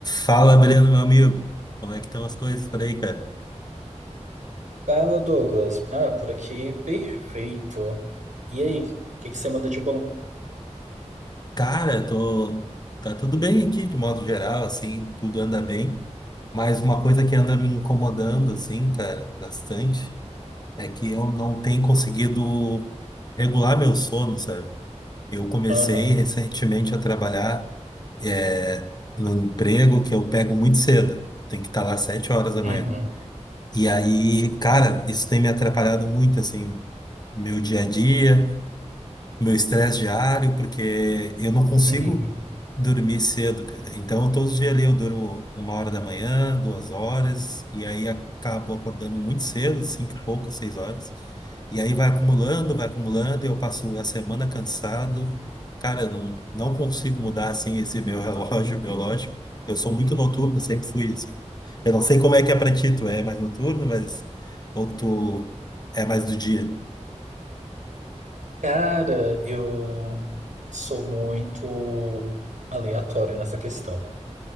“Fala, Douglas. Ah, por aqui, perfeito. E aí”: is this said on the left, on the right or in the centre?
Right